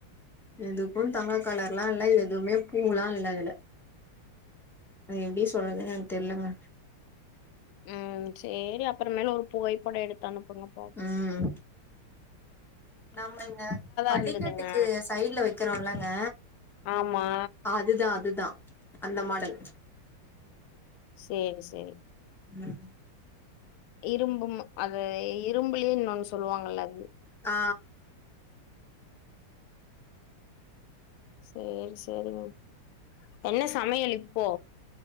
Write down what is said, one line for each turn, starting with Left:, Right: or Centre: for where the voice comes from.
Centre: எதுக்கு தங்க கலர்ல்லா இல்ல எதுமே பூல்லா இல்ல அதுல அது எப்டி சொல்றதுன் எனக் தெர்லங்க
Left: ம் சேரி அப்பற மேல் ஒரு புகைப்படோ எடுத்தனுப்புங்க பா
Centre: ம் நம்ம இங்க படிக்கட்டுக்கு
Left: இருந்ததுங்க
Centre: சைட்ல வெக்கறோல்லங்க
Left: ஆமா
Centre: அது தா அது தா அந்த மாடல்
Left: சேரி சேரி
Centre: ம்
Left: இரும்பும் அது இரும்புலே இன்னோன் சொல்வாங்கல்ல அது
Centre: ஆ
Left: சேரி சேரிங்க என்ன சமையல் இப்போ